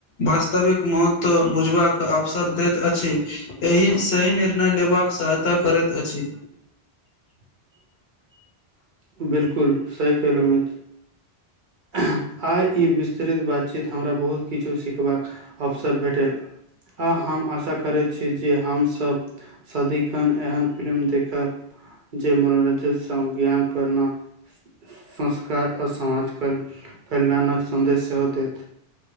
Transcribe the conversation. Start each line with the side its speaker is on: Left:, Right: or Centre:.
Left: वास्तविक महत्व बुझबाक अवसर दैत अछि। एहि सही निर्णय लेबाक सहायता करैत अछि।
Right: <inaudible> बिलकुल सही कहिलों मित्र। एंह आय ई विस्तृत बातचीत हमरा बहुत किछु सिखबाक अवसर भेटल आ हम आशा करैत छी जे हम सब सदिखन एहन फिल्म देखब जे मनोरंजन संग ज्ञान रना स संस्कार और समाज कल् कल्याणक सन्देश सेहो देत।